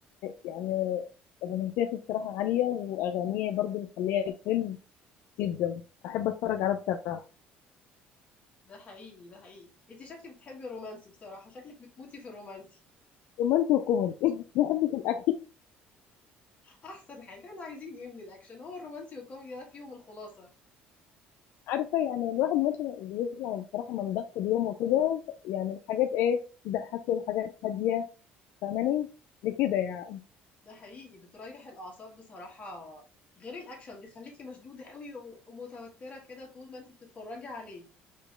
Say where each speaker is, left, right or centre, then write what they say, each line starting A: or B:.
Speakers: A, on the left; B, on the left.
A: يعني الرومانسية فيه بصراحة عالية وأغانيه برضه مخليها الفيلم جدا أحب أتفرج عليه بصراحة
B: ده حقيقي ده حقيقي انت شكلك بتحبي الرومانسي بصراحه شكلك بتموتي في الرومانسي
A: رومانسي وكوميدي <laughs> بحب في الاكل
B: احسن حاجه احنا عايزين ايه من الاكشن هو الرومانسي والكوميدي ده فيهم الخلاصه
A: عارفه يعني الواحد مثلا بيطلع بصراحه من ضغط اليوم وكده يعني الحاجات ايه تضحكه الحاجات هاديه فاهماني لكده يعني
B: ده حقيقي بتريح الأعصاب بصراحة غير الأكشن بيخليكي مشدودة قوي و- ومتوترة كده طول ما انتي بتتفرجي عليه